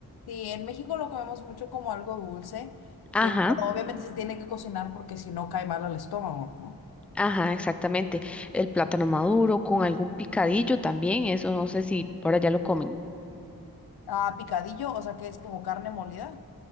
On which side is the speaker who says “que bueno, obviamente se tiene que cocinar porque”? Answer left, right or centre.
Left